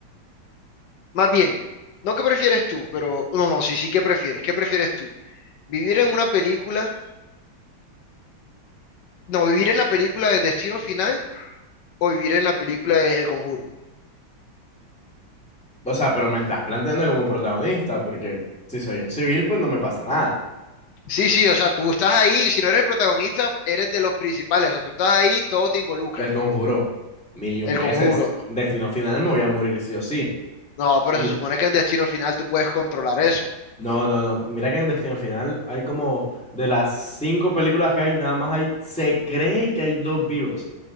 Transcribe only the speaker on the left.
Más bien, no qué prefieres tú, pero... No, no, sí, sí, ¿qué prefieres? ¿Qué prefieres tú? ¿Vivir en una película? No, vivir en la película de Destino Final o vivir en la película de El Conjuro.
Sí, sí, o sea, tú estás ahí, si no eres el protagonista, eres de los principales, o sea, tú estás ahí, todo te involucra,
el
conjuro.
No, pero
se supone que en Destino Final tú puedes controlar eso.